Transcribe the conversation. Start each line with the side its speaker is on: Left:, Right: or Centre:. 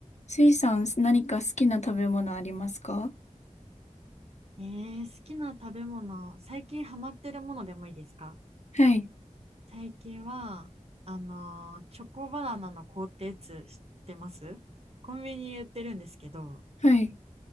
Left: スイさん、何か好きな食べ物ありますか
Right: えー、好きな食べ物、最近ハマってるものでもいいですか
Left: はい、
Right: 最近は、あのーチョコバナナの凍ったやつ知ってますコンビニに売ってるんですけど、
Left: はい。